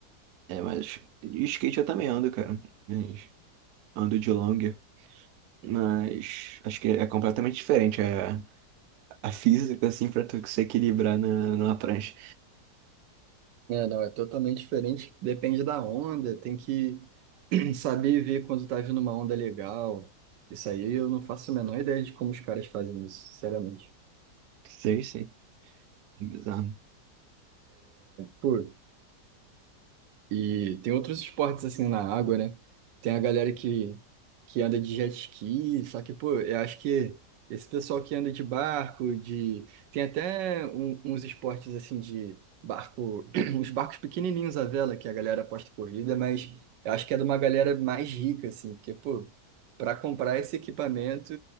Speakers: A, on the right; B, on the right.
A: É, mas e skate eu também ando, cara. Mas Ando de longa, mas acho que é completamente diferente a, a física, assim, pra tu se equilibrar na, numa prancha.
B: É, não, é totalmente diferente, depende da onda, tem que <clears throat> saber ver quando tá vindo uma onda legal. Isso aí eu não faço a menor ideia de como os caras fazem isso, sinceramente.
A: Sei, sei. Bizarro.
B: Pô, E tem outros esportes assim na água, né? Tem a galera que, que anda de jet ski, só que, pô, eu acho que esse pessoal que anda de barco, de. Tem até um- uns esportes assim de barco, <clears throat> uns barcos pequenininhos à vela que a galera aposta corrida, mas eu acho que é de uma galera mais rica, assim, porque, pô, para comprar esse equipamento